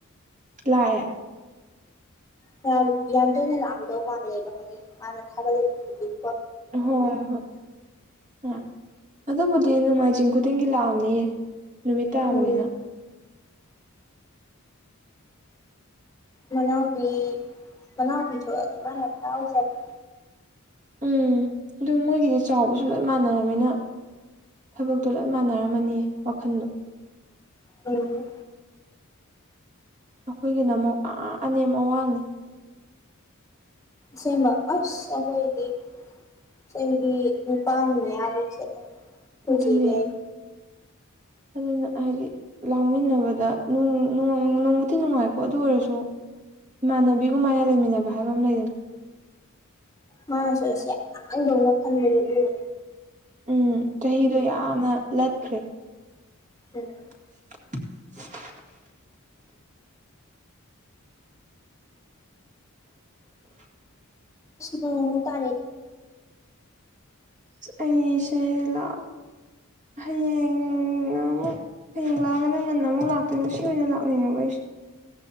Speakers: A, on the right; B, on the left.
A: ꯂꯥꯛꯑꯦ
B: ꯌꯥꯝ ꯌꯥꯝ ꯇꯣꯏꯅ ꯂꯥꯛꯑꯝꯗꯧ ꯃꯥꯜꯂꯦꯕ ꯍꯥꯏꯗꯤ ꯃꯥꯅ ꯊꯥꯒꯠꯂꯛꯕ ꯈꯨꯗꯤꯡ
A: ꯍꯣꯏ ꯍꯣꯏ ꯑ ꯑꯗꯨꯕꯨꯗꯤ ꯅꯣꯡꯃꯥꯏꯖꯤꯡ ꯈꯨꯗꯤꯡꯒꯤ ꯂꯥꯛꯑꯝꯅꯤꯌꯦ ꯅꯨꯃꯤꯠ ꯇꯥꯕꯅꯤꯅ
B: ꯎꯝ ꯃꯅꯥꯎꯄꯤ ꯃꯅꯥꯎꯄꯤ ꯊꯣꯛꯛꯑꯗꯤ ꯃꯥ ꯌꯥꯝ ꯍꯔꯖꯕꯅꯦ
A: ꯎꯝ ꯑꯗꯨꯗ ꯃꯣꯏꯒꯤꯗꯤ ꯆꯥꯎꯕꯁꯨ ꯂꯣꯏ ꯃꯥꯟꯅꯔꯃꯤꯅ ꯊꯕꯛꯇꯣ ꯂꯣꯏ ꯃꯥꯟꯅꯔꯝꯃꯅꯤꯌꯦ ꯋꯥꯈꯟꯗꯣ
B: ꯎꯝ
A: ꯑꯩꯈꯣꯏꯒꯤꯗ ꯑꯃꯨꯛ ꯑꯅꯦꯝ ꯑꯋꯥꯡꯅꯤ
B: ꯁꯃ ꯑꯁ ꯑꯩꯈꯣꯏꯗꯤ ꯆꯍꯤ ꯅꯤꯄꯥꯟ ꯃ ꯑꯒꯨ ꯆꯂ ꯄꯨꯖꯤꯒ
A: ꯑꯗꯨꯅꯦ ꯑꯗꯨꯅ ꯍꯥꯏꯗꯤ ꯂꯥꯡꯃꯤꯟꯅꯕꯗ ꯅꯣꯡꯕꯨꯗꯤ ꯅꯨꯡꯉꯥꯏꯀꯣ ꯑꯗꯨ ꯑꯣꯏꯔꯁꯨ ꯏꯃꯥꯟꯅꯕꯤꯒꯨꯝ ꯃꯅ ꯂꯩꯃꯤꯟꯅꯕ ꯍꯥꯏꯕ ꯑꯃ ꯂꯩꯗꯅ
B: ꯃꯥꯁꯦꯁ ꯑꯩꯗꯧꯅ ꯈꯟꯕꯗꯨ ꯑꯗꯨꯅꯦ
A: ꯎꯝ ꯆꯍꯤꯗꯣ ꯌꯥꯝꯅ ꯂꯠꯈ꯭ꯔꯦ
B: <unintelligible>
A: <inaudible> <inaudible>
B: ꯅꯨꯃꯨ ꯇꯥꯔ
A: ꯑꯩꯁꯦ ꯂ ꯍꯌꯦꯡ ꯑꯃꯨꯛ ꯍꯌꯦꯡ ꯂꯥꯛꯑꯒꯅ ꯉꯟꯅ ꯑꯃꯨꯛ ꯂꯥꯛꯇꯣꯏ ꯉꯁꯤ ꯑꯣꯏꯅ ꯂꯥꯛꯅꯤꯡꯉꯕ ꯑꯩꯁꯦ